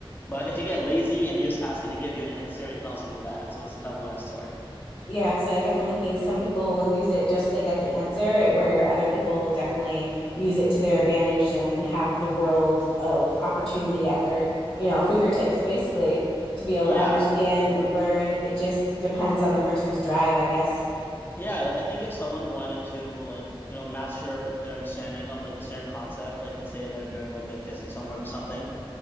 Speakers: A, on the left; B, on the left.
A: But if you get lazy and you just ask it to give you an answer, it can also do that. So it's a double-edged sword.
B: Yeah, so I definitely think some people will use it just to get the answer, where other people will definitely use it to their advantage and have the world of opportunity at their, you know, fingertips basically to be able
A: Yeah.
B: to understand and learn. It just depends on the person's drive, I guess.
A: Yeah, like I think if someone wanted to like, you know, master their understanding of like a certain concept, like let's say they're doing like their physics homework or something,